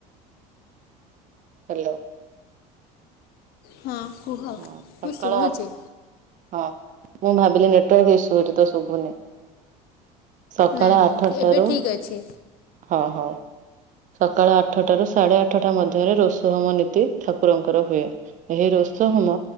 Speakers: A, on the right (about 45°); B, on the left (about 55°).
A: ହ୍ୟାଲୋ।
B: ହଁ କୁହ
A: ହଁ
B: ମୁଁ
A: ସକାଳ
B: ଶୁଣୁଛି।
A: ହଁ ମୁଁ ଭାବିଲି ନେଟୱାର୍କ ଇସୁ ଅଛି ତ ଶୁଭୁନି ସକାଳ
B: ନାଇଁ
A: ଆଠଟାରୁ
B: ନାଇଁ ଏବେ ଠିକ୍ ଅଛି
A: ହଁ ହଉ ସକାଳ ଆଠଟ ରୁ ସାଢେ ଆଠଟା ମଧ୍ୟରେ ରୋଷହମ ନୀତି ଠାକୁରଙ୍କର ହୁଏ। ଏହି ରୋଷ ହୋମ